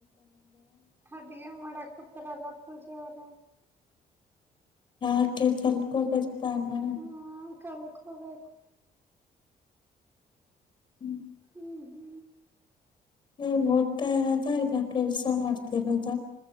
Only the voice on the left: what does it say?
ಯಾಕೆ ಕಲ್ಕೊಬೇಕ ತಾನೇ
ಹ್ಮ.
ನೀ ಓದ್ತಾ ಇರೋದ ಇಲ್ಲ ಕೆಲ್ಸ ಮಾಡ್ತಿರೋದ.